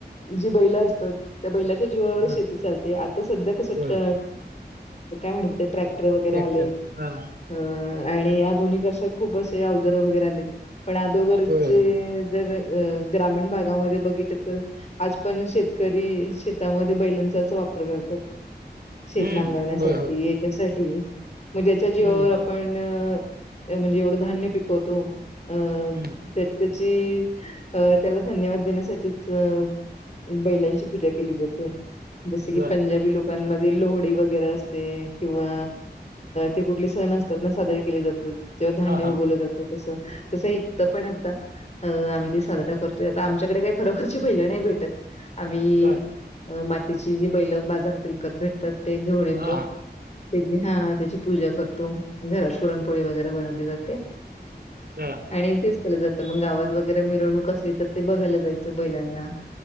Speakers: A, on the left (about 40°); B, on the right (about 65°).
A: जी बैला असतात त्या बैला. जीवावर
B: हा
A: शेती चालते आता सध्या कस
B: होय
A: काय म्हण ट्रॅक्- टर वगैरे
B: ट्रॅक्टर
A: आलेत.
B: हा
A: आणि आधुनिक अश्या खूप असे अव- र वगैरे आलीत पण अदोगरचे
B: होय होय
A: जर ग्रामीण भागामध्ये बघितले तरं. आज पण शेतकरी शेतामध्ये बैलां- वापर करतात शेत
B: हम्म
A: नांगरण्यासाठी
B: होय होय
A: याच्यासाठी- मग त्याच्या
B: हम्म
A: जीवावर आपण म्हणजे एवढं धान्य पिकवतो. अं
B: हम्म
A: त्या त्याची अ त्याला धन्यवाद देण्यासाठीच अ- बैलांची पूजा केली जाते. जस की
B: बर
A: पंजाबी लोक, पण मध लोहडी वगैरे असते किंवा ते कुठले सण असतात ना साजरे केले जातात. तेव्हा धान्य
B: हा
A: उगवलं
B: हा
A: जातं. तसं एक पण आता आम्ही ते साजरा करतोय आता आमच्याकडे कायं. खरोखरची बैल नाही भेटत आम्ही-
B: बर
A: त्याची जी बैल बाजारात विकत भेटतात ते घेऊन येतो.
B: हा हा
A: त्या हा त्याची पूजा करतो घरात पुरणपोळी वगैरे बनवली जाते.
B: हा
A: आणि तेच केलं जात मग गावात वगैरे मिरवणूक असली, तर ते बघायला जायचं बैलांना.